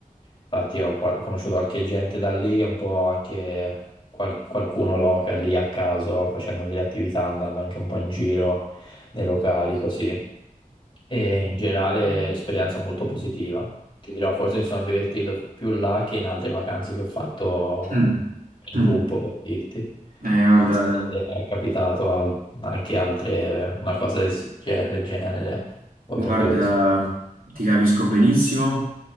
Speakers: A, on the left; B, on the right.
A: Infatti ho qua- conosciuto qualche gente da lì, un po' anche qual- qualcuno local lì a caso, facendo delle attività, andando anche un po' in giro nei locali così e in generale esperienza molto positiva. Ti dirò, forse mi sono divertito più là che in altre vacanze che ho fatto
B: Mm.
A: in
B: Mm.
A: gruppo, per dirti.
B: Eh, guarda.
A: Non so se ti è capitato al- anche altre, una cosa del, si- ge- del genere, oltre
B: Guarda,
A: a quella di Svezia.
B: ti capisco benissimo